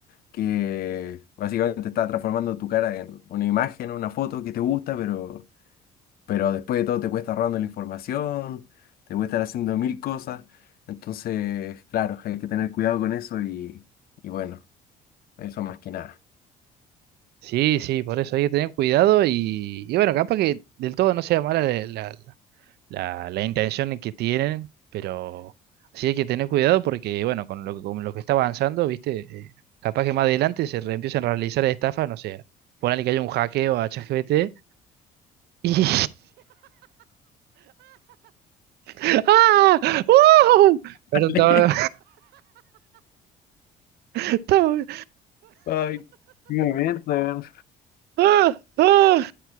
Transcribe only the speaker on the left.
que básicamente está transformando tu cara en una imagen, una foto que te gusta, pero, pero después de todo te puede estar robando la información, te puede estar haciendo mil cosas. Entonces, claro, hay que tener cuidado con eso y, y bueno, eso más que nada.
Dale.
Ay, qué momento, weón.